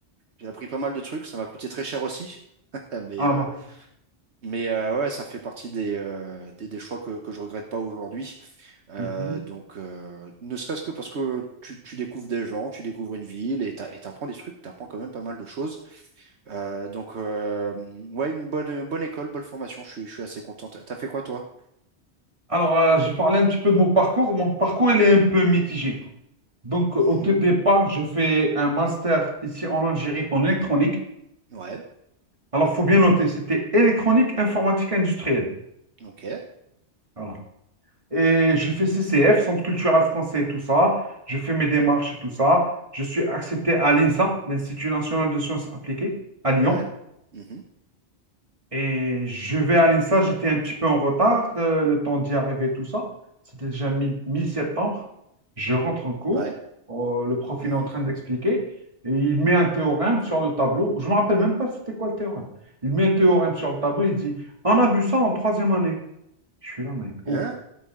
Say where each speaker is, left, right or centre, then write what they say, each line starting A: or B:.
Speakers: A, on the right (about 70°); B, on the right (about 30°).
A: J'ai appris pas mal de trucs. Ça m'a coûté très cher aussi. <laughs> Mais,
B: Ah
A: euh,
B: bah.
A: mais euh, ouais, ça fait partie des, euh, des, des choix que, que je regrette pas aujourd'hui. Euh,
B: mhm.
A: donc, euh, ne serait-ce que parce que tu, tu découvres des gens, tu découvres une ville et t'a- et t'apprends des trucs, t'apprends quand même pas mal de choses. Euh, donc, euh, ouais, une bonne, une bonne école, bonne formation. Je suis, je suis assez contente. T'as fait quoi, toi?
B: Alors, euh, j'ai parlé un petit peu de mon parcours. Mon parcours, il est un peu mitigé. Donc, au
A: Mhm.
B: tout départ, je fais un master ici en Algérie en électronique.
A: Ouais.
B: Alors, faut bien noter, c'était électronique, informatique industrielle.
A: Ok,
B: Voilà. Et je fais CCF, Centre culturel français et tout ça. Je fais mes démarches et tout ça. Je suis accepté à l'INSA, l'Institut national de sciences appliquées, à Lyon.
A: ouais, mhm,
B: Et je vais à l'INSA, j'étais un petit peu en retard, euh, le temps d'y arriver, tout ça. C'était déjà mi- mi-septembre. Je rentre en cours,
A: ouais,
B: euh, le prof
A: mhm,
B: il est en train d'expliquer, et il met un théorème sur le tableau. Je ne me rappelle même pas c'était quoi le théorème. Il met un théorème sur le tableau, il dit, on a vu ça en troisième année. Je suis là, mais oh
A: hein,